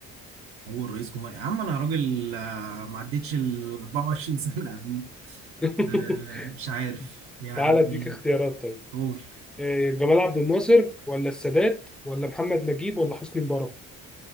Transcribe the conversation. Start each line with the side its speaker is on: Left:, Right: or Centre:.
Right: اول رئيس جمهوريه يا عم انا راجل آه، ما عدتش ال 24 سنه يا عم
Centre: <laughs>
Right: آه، مش عارف يعني
Centre: تعالى أديك اختيارات طيب.
Right: قول
Centre: إيه، جمال عبد الناصر ولا السادات ولا محمد نجيب ولا حسني مبارك